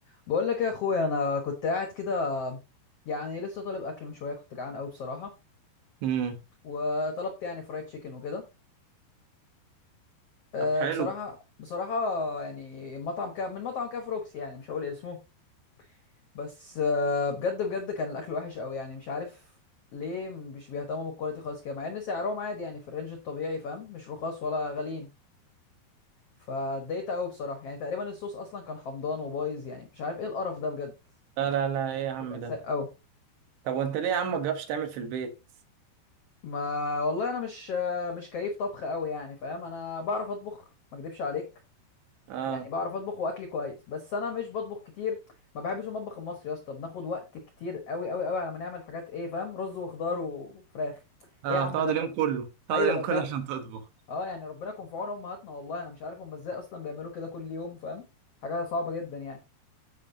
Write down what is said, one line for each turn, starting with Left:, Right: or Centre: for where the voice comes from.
Left: بقول لك يا اخويا انا كنت قاعد كده يعني لسه طالب اكل من شويه كنت جعان قوي بصراحه
Right: امم
Left: وطلبت يعني فرايد تشيكن وكده أه
Right: طب حلو
Left: بصراحه بصراحه يعني مطعم كا من مطعم كاف روكسي يعني مش هقول اسمه بس أه بجد بجد كان الاكل وحش قوي يعني مش عارف ليه مش بيهتموا بالكواليتي خالص كده مع ان سعرهم عادي يعني في الرينج الطبيعي فاهم مش رخاص ولا غاليين فاتضايقت قوي بصراحه يعني تقريبا الصوص اصلا كان حمضان وبايظ يعني مش عارف ايه القرف ده بجد
Right: لا
Left: يعني
Right: لا لا ايه يا عم
Left: الأكل كان
Right: ده
Left: ساق قوي
Right: طب وانت ليه يا عم ما تجربش تعمل في البيت
Left: ما والله انا مش مش كيف طبخ قوي يعني فاهم انا بعرف اطبخ ما اكدبش عليك
Right: اه
Left: يعني بعرف اطبخ واكلي كويس بس انا مش بطبخ كتير ما بحبش المطبخ المصري يا اسطى بناخد وقت كتير قوي قوي قوي على ما نعمل حاجات ايه فاهم رز وخضار وفراخ
Right: اه
Left: ايه يا عم
Right: تقعد
Left: ده
Right: اليوم كله تقعد
Left: ايوه
Right: اليوم
Left: ده بجد
Right: كله عشان تطبخ
Left: اه يعني ربنا يكون في عون امهاتنا والله انا مش عارف هم ازاي اصلا بيعملوا كده كل يوم فاهم حاجه صعبه جدا يعني